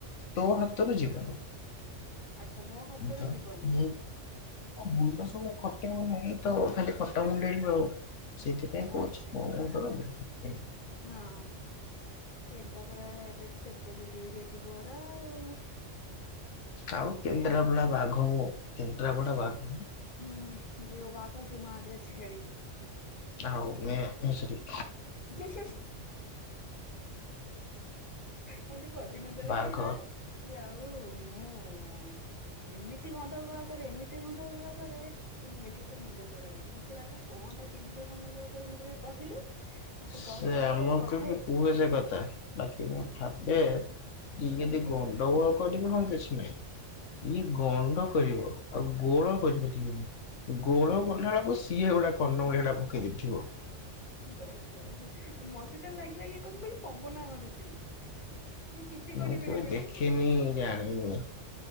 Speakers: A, on the left (about 75°); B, on the left (about 40°).
A: ତୋ
B: ହୁଁ
A: ହାତରୁ ଯିବନି
B: ଆଚ୍ଛା ମୋ ହାତରେ
A: <unintelligible>
B: ଯିବନି
A: ମୁଣ୍ଡ ସବୁବେଳେ ଖଟେଇବ ନାହିଁ ତ ଖାଲି ଖଟ ମୁଣ୍ଡେଇଲୁ ଆଉ। ସେଇଥିପାଇଁ କହୁଛି
B: ଆଚ୍ଛା
A: ମୋ ମୁଣ୍ଡରୁ ବୁଦ୍ଧି ନେ।
B: ହଁ, କେନ୍ଦ୍ରାପଡ଼ାରେ ରହିକି କେତେ ବୁଦ୍ଧି ହେଇଯାଇଛି ପୁଅର ଆଉ।
A: ଆଉ କେନ୍ଦ୍ରାପଡ଼ା
B: ନା
A: ବାଘ ମୁଁ କେନ୍ଦ୍ରାପଡ଼ା ବାଘ ମୁଁ।
B: ଉଁ ହୁଁ ଯେଉ ବାଘ ସେ ମୋ ଆଗରେେ ଛେଳି।
A: ହୋଉ ମେ ଘୁଷୁରୀ।
B: <unintelligible> ମୁଁ ତୋ ପ୍ରଦିମତରେ
A: ବାଘ
B: କହିଲି ନା କି ଆଉ ମୁଁ ମୁଁ ଏମିତି ଗଣ୍ଡଗୋଳ କରେ ଏମିତି ଗଣ୍ଡଗୋଳ କରେ ତମେ ଦେଖିଲେ ତମ ମୁଣ୍ଡ ଖରାପ ହେଇଯିବ ମୁଁ କହିଲି ଆଚ୍ଛା କଣଟା କେମିତି ଗଣ୍ଡୋଗୋଳ କରେ ମତେ ଟିକେ କହିଲୁ। ମତେ
A: ସେ
B: କହିଲା
A: ଆମକୁ
B: ଭାଇ ତ କଥା
A: ବି
B: ହେଇ
A: କୁହେ ସେ କଥା। ବାକି ମୁଁ ଭାବେ ଯେ ଇଏ ଯଦି
B: ହୁଁ
A: ଗଣ୍ଡଗୋଳ କରିବ ହଁ କିଛି ନାହିଁ। ଇଏ ଗଣ୍ଡ କରିବ ଆଉ ଗୋଳ କରି ପାରିବନି। ଗୋଳ କଲା
B: ବସ୍
A: ବେଳକୁ ସିଏ ଗୋଟା କନ୍ନମୂଳିଆ ଟା ପକେଇ ଦେଇଥିବ।
B: ବାସ୍ ବାସ୍ ମତେ ତ ଲାଗିଲା ଇଏ କଣ କହିଲୁ ପବନା ମାରୁଛି। କିଛି
A: ମୁଁ
B: କରିପାରିବନି
A: କେବେ ଦେଖିନି
B: ଇଏ
A: ଜାଣିନି।